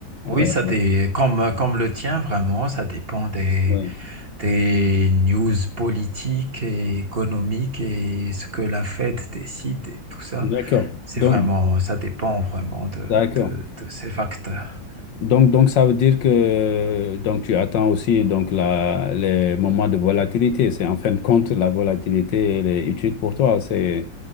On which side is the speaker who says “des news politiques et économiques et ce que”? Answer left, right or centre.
Right